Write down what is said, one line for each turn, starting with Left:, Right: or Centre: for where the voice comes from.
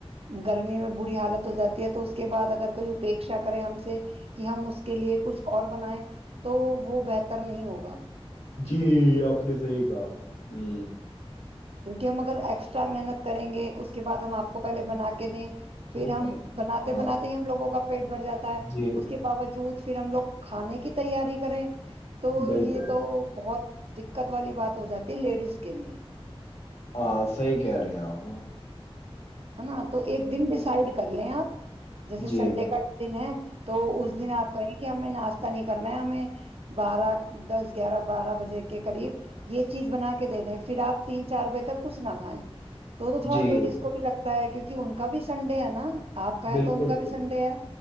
Right: گرمی میں بری حالت ہو جاتی ہے تو اس کے بعد اگر کوئی اپیکشا کرے ہم سے کہ ہم اس کے لیے کچھ اور بنائے تو وہ بہتر نہیں ہوگا
Left: جی آپ نے صحیح کہا ہ
Right: کیونکہ ہم اگر ایکسٹرا محنت کریں گے اس کے بعد ہم آپ کو پہلے بنا کے دیں پھر
Left: ہ
Right: ہم
Left: کرے گا
Right: بناتے
Left: ہاں
Right: بناتے ہی ہم لوگوں کا پیٹ بھر جاتا ہے
Left: جی
Right: اس کے باوجود پھر ہم لوگ کھانے کی تیاری کریں تو
Left: بالکل
Right: یہ تو بہت د دقت والی بات ہو جاتی ہے لیڈیز کے لیے
Left: ہاں صحی کہہ رہے ہیں آپ
Right: ہے نا تو ایک دن ڈیسائڈ کر لیں آپ جیسے
Left: جی
Right: سنڈے کا دن ہے تو اس دن آپ کایں کہ ہمیں ناشتہ نہیں کرنا ہے ہمیں بارہ دس گیارہ بارہ بجے کے قریب یہ چیز بنا کے دے دیں پھر آپ تین چار بجے تک کچھ نہ کھیں تو تھوڑا
Left: جی
Right: لیڈیز کو بھی لگتا ہے کیونکہ ان کا بھی سنڈے ہے نا آپ کا
Left: بالکل
Right: ہے تو ان کا بھی
Left: بالکل
Right: سنڈے ہے